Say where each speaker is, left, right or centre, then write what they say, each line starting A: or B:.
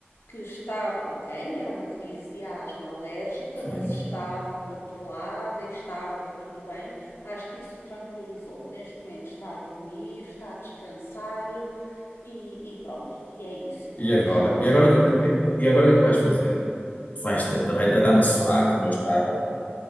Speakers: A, on the left (about 85°); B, on the left (about 40°).
A: que estava, ok, era uma crise de asma alérgica,
B: sim.
A: mas estava controlada e estava tudo bem. Acho que isso tranquilizou. Neste momento está a dormir, está a descansar e, e pronto. E é isso. E vou
B: E
A: deixá-los
B: agora? E agora o que, é que- o que é que- e agora o que é que vais fazer? Vais deitar, vai deitar no sofá, como eu estava.